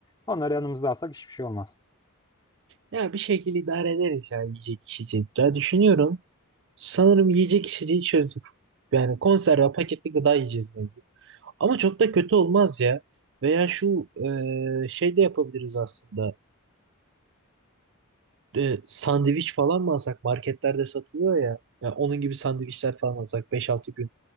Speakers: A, on the left; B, on the right.
A: onları yanımızda alsak hiçbir şey olmaz.
B: Ya bir şekilde idare ederiz ya yiyecek içecek. Ya düşünüyorum. Sanırım yiyecek içeceği çözdük. Yani konserve paketli gıda yiyeceğiz mecbur. Ama çok da kötü olmaz ya. Veya şu e, şey de yapabiliriz aslında. e, sandviç falan mı alsak? Marketlerde satılıyor ya. Ya onun gibi sandviçler falan alsak Beş altı gün